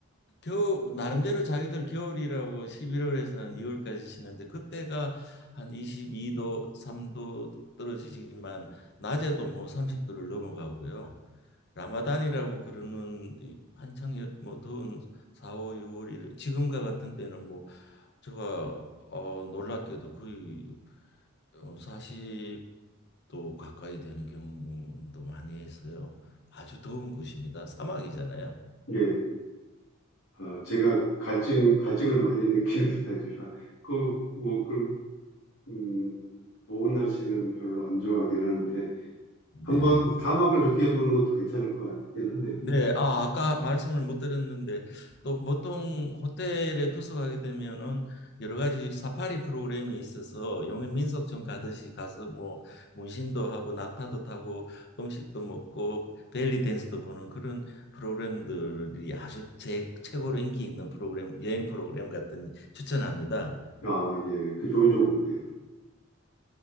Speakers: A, on the left (about 55°); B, on the left (about 75°).
A: 겨우 나름대로 자기들 겨울이라고 11월에서는 2월까지 쉬는데 그때가 한 22도 3도 떨어지지만 낮에도 뭐 30도를 넘어가고요. 라마단이라고 그러는 이 한창 여- 뭐 더운 4월 6월 지금과 같은 때는 뭐 제가 어 놀랍게도 거의 어, 40도 가까이 되는 경우도 많이 해서요. 아주 더운 곳입니다. 사막이잖아요.
B: 예. 아, 제가 갈증, 갈증을 많이 느끼는 스타일이라, 그, 뭐, 그, 음, 더운 날씨는 별로 안 좋아하긴 하는데,
A: 네.
B: 한번 사막을 느껴보는 것도 괜찮을 것 같긴 하네요.
A: 네, 아, 아까 말씀을 못 드렸는데 또 보통 호텔에 투숙하게 되면은 여러 가지 사파리 프로그램이 있어서 용해 민속촌 가듯이 가서 뭐 문신도 하고 낙타도 타고 음식도 먹고 벨리 댄스도 보는 그런 프로그램들이 아주 제, 최고로 인기 있는 프로그램 여행 프로그램 같은 추천합니다.
B: 아, 예, 그 좋은 정보네요.